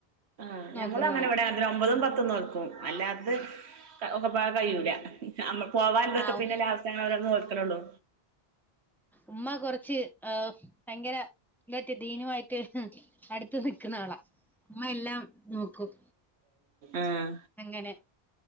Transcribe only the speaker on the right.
ആഹ്
ഞങ്ങള് അങ്ങനെ ഇവിടെ അതി ഒമ്പതും പത്തും നോക്കും അല്ലാത്ത ഒക്ക പോവാൻ കഴിയൂല
നമ്മ പോവാൻ ഇതൊക്കെ
പിന്നെ
ലാസ്റ്റ് അങ്ങന ഓരോന്ന് കൊടുക്കലുള്ളൂ
ആഹ്